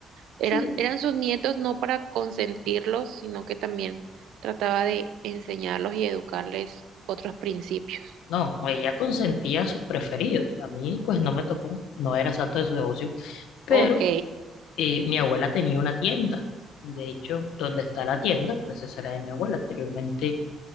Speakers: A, on the right; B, on the left.
A: eran,
B: sí,
A: eran sus nietos no para consentirlos, sino que también trataba de enseñarlos y educarles otros principios.
B: no, ella consentía a sus preferidos. A mí, pues, no me tocó, no era santo de su devoción, pero
A: Ok,
B: Eh, mi abuela tenía una tienda. De hecho, donde está la tienda, pues esa era de mi abuela. Anteriormente,